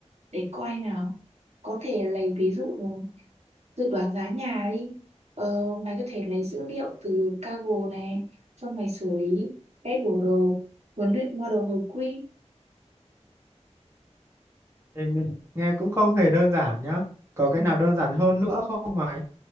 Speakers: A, on the right; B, on the right.
A: để coi nào có thể lấy ví dụ dự đoán giá nhà đi ờ, mày có thể lấy dữ liệu từ Kaggle này cho mày xử lý vẽ biểu đồ huấn luyện model hồi quy
B: Ê, Nghe, nghe cũng không hề đơn giản nhá. Có cái
A: Ừ.
B: nào đơn giản hơn nữa không mày?